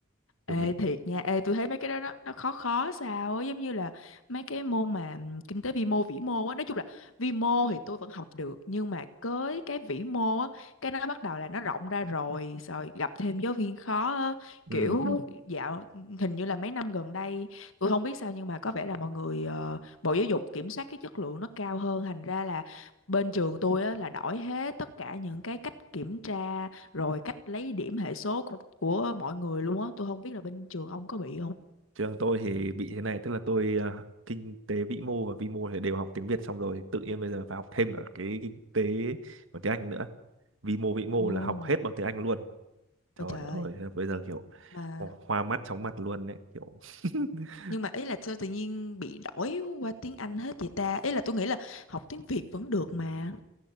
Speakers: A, on the right; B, on the left.
A: kiểu
B: Ê
A: mình
B: thiệt nha, ê tôi thấy mấy cái đó nó, nó khó khó sao á, giống như là mấy cái môn mà ừm, kinh tế vi mô vĩ mô á, nói chung là vi mô thì tôi vẫn học được nhưng mà với cái vĩ mô á, cái nó bắt đầu là nó rộng ra rồi, rồi gặp thêm giáo viên khó á,
A: ừ.
B: kiểu dạo hình như là mấy năm gần đây tôi không biết sao nhưng mà có vẻ là mọi người ờ, Bộ Giáo dục kiểm soát cái chất lượng nó cao hơn, thành ra là bên trường tôi á là đổi hết tất cả những cái cách kiểm tra rồi cách lấy điểm hệ số của, của mọi người luôn á tôi không biết là bên trường ông có bị không
A: trường tôi thì bị thế này tức là tôi ờ, kinh tế vĩ mô và vi mô thì đều học tiếng Việt xong rồi tự nhiên bây giờ phải học thêm cả cái kinh tế bằng tiếng Anh nữa vi mô vĩ mô
B: Ồ,
A: là học hết bằng tiếng Anh luôn trời
B: ôi trời
A: ơi
B: ơi
A: thế bây giờ kiểu
B: mà
A: ho- hoa mắt chóng mặt luôn đấy kiểu <laughs>
B: nhưng mà ý là sao tự nhiên bị đổi qua tiếng Anh hết vậy ta? Ý là tôi nghĩ là học tiếng Việt vẫn được mà.